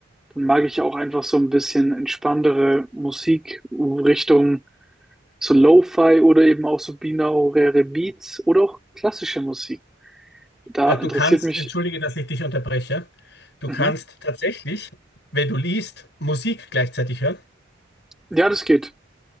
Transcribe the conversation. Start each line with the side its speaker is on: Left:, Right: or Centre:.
Centre: dann mag ich auch einfach so ein bisschen entspanntere Musikrichtung so Lo-Fi oder eben auch so binaurale Beats oder auch klassische Musik. Da
Left: äh,
Centre: interessiert
Left: du kannst,
Centre: mich,
Left: entschuldige, dass ich dich unterbreche, du
Centre: mhm.
Left: kannst tatsächlich, wenn du liest, Musik gleichzeitig hören.
Centre: Ja, das geht.